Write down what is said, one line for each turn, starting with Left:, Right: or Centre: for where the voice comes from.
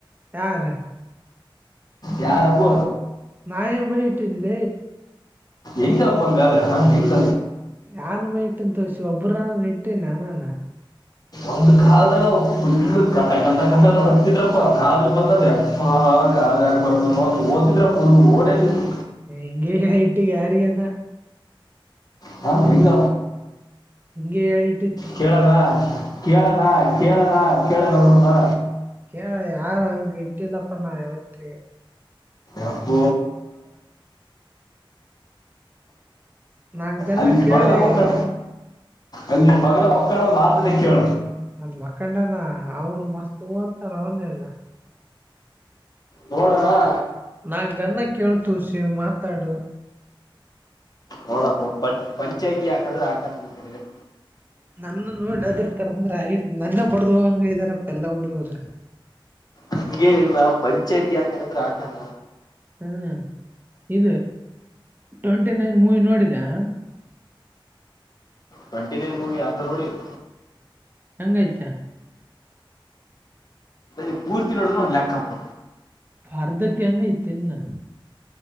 Right: ಯಾವಲ್ಲ
Left: ಯಾರ ಹಬ್ಬ
Right: ನಾಯ ಬೈಟನ್ಲ
Left: ಎಂಗಪ್ಪಂಗಾರೆೆ ಹ ಹೆಂಗ
Right: ಯಾರ ಬೈಟ್ ತೋಸಿ ಒಬ್ರ ನಿಟ್ಟನೆ ಅನಾನ
Left: ಒಂದು ಕಲ್ದಾಗ ಫುಲ್ ಗಟ ಗಟ್ಟ ಗ ಅತಿದ್ರಪ್ಪ ಕಾಲು ಬಂದದ ಅ ಓದಿದ್ರ ಓಡೇತಿದ್ರು
Right: ಹ ಇಂಗಷಯಟ್ಟು ಕಾರಿಯನ
Left: ಹಾ ಹೆಂಗ
Right: ಹಿಂಗೆ ಹೇಳಿ
Left: ಕೇಳನಾ ಕೇಳನಾ ಕೇಳೇಳನಾ ಕೇಳಣ ಅವಊರುನಾ
Right: ಕೇಳ ಯಾರ ಹಂಗ ಇಟ್ಟಿಲ್ಲಪ್ಪ ನಾ ಯಾವತ್ತ
Left: ಅಪ್ಪ
Right: ನಾಕ್ ಜನ
Left: ಅಲ್ಲಿ
Right: ಕೇಳಿ
Left: ಬಗಲ ಪಕ್ಕಣ ಅಲ್ಲಿ ಬಗಲ ಪಕ್ಕಡ ಒಂದು ಆ ದಿನಕ್ಕೆಳ
Right: ಅದ್ ಮಖಂಡನ ಅವರು ಮಸ್ತ್ ಅಂತಾರ ಅವನೇಲ್ಲ
Left: ನೋಡವಾ
Right: ನಾ ಜನ ಕೇಳ್ತ ಶ ಮಾತಾಡು
Left: ಹೋಡಪ್ಪ ಪ ಪಂಚಾಯ್ತಿ ಹಾಕಂದ್ರೆ ಹಾಕಣ ಬೇಕ
Right: ನನ್ನ ನೋಡಿ ಅದರ್ತರಂದ್ರೆ ಆಯ ನನ್ನೆ ಬಡ್ದ್ ಹೋಗಂಗ ಇದ್ದಾರಪ್ಪ ಎಲ್ಲಾ ಹುಡುಗ್ರ
Left: ಹಂಗೇನಿಲ್ಲಾ ಪಂಚಾಯ್ತಿ ಹಾಕಾನಂದ್ರೆ ಹಾಕನ
Right: ಹ್ಮ ಇದು ಟ್ವೆಂಟಿ ನೈನ್ ಮೂವಿ ನೋಡಿದ್ಯಾಣ್ಣ
Left: ಟ್ವೆಂಟಿ ನೈನ್ ಮೂವಿ ಅರ್ಧ ನೋಡಿವ್
Right: ಹೆಂಗೈತ
Left: ಅ ಪೂರ್ತಿ ನೋಡಿದ್ರೆ ಒಂದ್ ಲೆಕ್ಕಪ್
Right: ಅರ್ಧಕ್ಕೆ ಹೆಂಗೈಐತೆೆನ್ನ